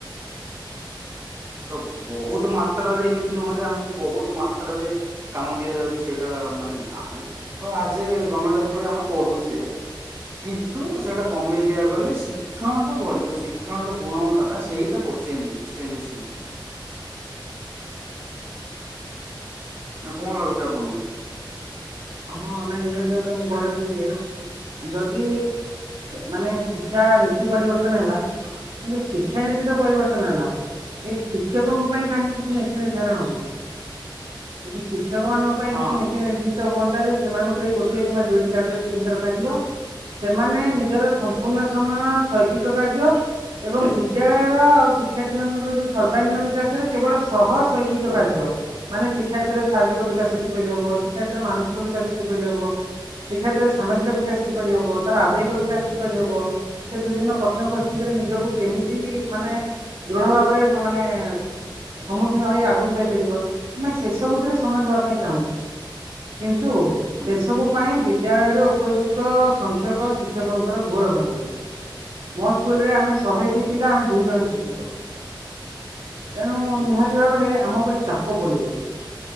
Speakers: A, on the right; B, on the right.
A: ତ ବହୁତ ମାତ୍ରାରେ ଏମିତି ନୁହଁ ଯେ ଆମକୁ ବହୁତ ମାତ୍ରାରେ - କାମ ଦିଆଯାଉଚି ସେଇଟା ମାନେ ଆମେ ତ ଆଜି ଗମେଣ୍ଟ କୂଳେ ଆମେ କରୁଚେ - କିନ୍ତୁ ସେଇଟା କମେଇ ଦିଆ ଗଲେ ସି - ସେ ମାନଙ୍କୁ ବଳିଯିବ ଶିକ୍ଷଣ ଟା ଗୁଣ ମହାନତ ଟା ସେଇଟା ଚେଞ୍ଜ ଚେଞ୍ଜସ। ନା କଣ ଲାଗୁଛି ଆପଣଙ୍କୁ।
B: ହଁ ନାଇଁ ନିହାତି ଭାବରେ ମୁଁ କହି ରଖିବି ଯେ। ଯଦି ମାନେ ଶିକ୍ଷା ନୀତି ପରିବର୍ତ୍ତନ ହେଲା। କିନ୍ତୁ ଶିକ୍ଷାନୀତି ତ ପରିବର୍ତ୍ତନ ହେଲା ଏ ଶି ଶିକ୍ଷକଙ୍କ ପାଇଁ କାହିଁକି କିଛି ନୀତି ନିର୍ଦ୍ଧାରଣ କଣ ଯଦି ଶିକ୍ଷକ ମାନଙ୍କ ପାଇଁ
A: ହଁ
B: କିଛି ନୀତି
A: ହଁ
B: ନିଦ୍ଧିଷ୍ଟ ହୁଅନ୍ତା ଯେ ସେମାନଙ୍କୁ ଏଇ ଗୋଟିଏ କିମ୍ବା ଦୁଇଟି କାର୍ଯ୍ୟରେ ସୀମିତ ରଖାଯିବ। ସେମାନେ ନିଜର ସମ୍ପୂର୍ଣ୍ଣ ସମୟ ଶୈକ୍ଷିକ କାର୍ଯ୍ୟ ଏବଂ ବି ବିଦ୍ୟାଳୟର ଆଉ ଶିକ୍ଷାର୍ଥୀ ମାନଙ୍କର ଯୋଉ ସର୍ବାଙ୍ଗୀନ ବିକାଶରେ କେବଳ ସହ ଶୈକ୍ଷିକ କାର୍ଯ୍ୟ। ମାନେ ଶିକ୍ଷାର୍ଥୀର ଶାରୀରିକ ବିକାଶ କିପରି ହବ। ଶିକ୍ଷାର୍ଥୀର ମାନସିକ ବିକାଶ କିପରି ହବ। ଶିକ୍ଷାର୍ଥୀର ସାମାଜିକ ବିକାଶ କିପରି ହବ ତାର ଆବେଗିକ ବିକାଶ କିପରି ହବ। ସେ ବିଭିନ୍ନ କଠିନ ପରିସ୍ଥିତିରେ ନିଜକୁ କେମିତି ମାନେ ଦୃଢ ଭାବରେ ମାନେ ସମ୍ମୁଖୀନ ହେଇ ଆଗକୁ ଯାଇପାରିବ ଆମେ ସେ ସବୁଥିରେ ସମୟ ଦବାକୁ ଚାହୁଁଚୁ। କିନ୍ତୁ
A: ହୁଁ
B: ସେ ସବୁ। ପାଇଁ ବିଦ୍ୟାଳୟରେ ଉପଯୁକ୍ତ ସଂଖ୍ୟକ ଶିକ୍ଷକଙ୍କର ଘୋର ଅଭାବ ରହିଚି। ମୋ ସ୍କୁଲରେ ଆମେ ଶହେ ଶହେଟି ପିଲା ଆମେ ଦୁଇ ଜଣ ଶିକ୍ଷକ ତେଣୁ
A: ହୁଁ
B: ନିହାତି ଭାବରେ ଆମ ଉପରେ ଚାପ। ଚାପ ପଡି ଯାଉଛି